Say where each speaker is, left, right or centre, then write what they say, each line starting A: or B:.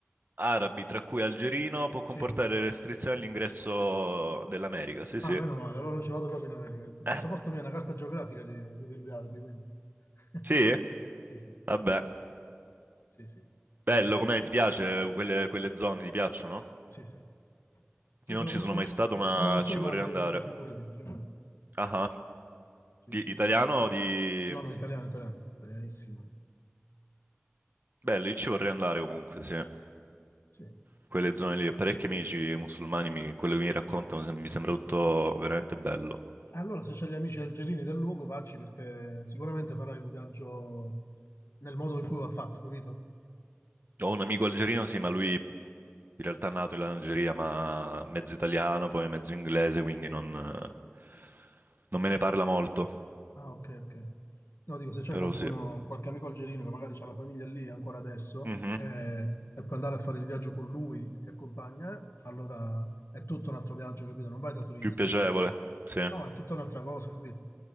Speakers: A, on the right; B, on the left.
A: arabi, tra cui algerino, può comportare
B: sì.
A: restrizioni all'ingresso dell'America. Sì, sì.
B: Ah, meno male, allora non ci vado proprio in America. Il
A: <laughs>
B: passaporto mio è una carta geografica di, di timbri arabi, quindi. <laughs>
A: Sì?
B: Sì, sì,
A: Vabbè.
B: sì, sì, sì,
A: Bello,
B: sì,
A: com'è? Ti piace? Quelle, quelle zone ti piacciono?
B: sì, sì. Sì,
A: Io
B: sono
A: non ci
B: musul-
A: sono mai stato, ma
B: sono musulmano
A: ci vorrei andare.
B: io, quindi figurati, figurati.
A: Ah, ah.
B: Sì,
A: Di,
B: sì.
A: italiano o di...
B: No, no, italiano, italiano, italianissimo.
A: Bello, io ci vorrei andare comunque, sì.
B: Sì.
A: Quelle zone lì, ho parecchi amici musulmani, mi- quello che mi raccontano sem- mi sembra tutto veramente bello.
B: Allora, se c'hai gli amici algerini del luogo, vacci perché sicuramente farai un viaggio nel modo in cui va fatto, capito?
A: Ho un amico algerino, sì, ma lui in realtà è nato in Algeria, ma mezzo italiano, poi mezzo inglese, quindi non, non me ne parla molto,
B: Ah, ok, ok. No, dico, se c'è
A: però
B: qualcuno,
A: sì.
B: qualche amico algerino che magari ha la famiglia lì ancora adesso
A: Mhm.
B: eh, e puoi andare a fare il viaggio con lui che ti accompagna, allora è tutto un altro viaggio, capito? Non vai da turista.
A: Più piacevole, sì.
B: No, è tutta un'altra cosa, capito?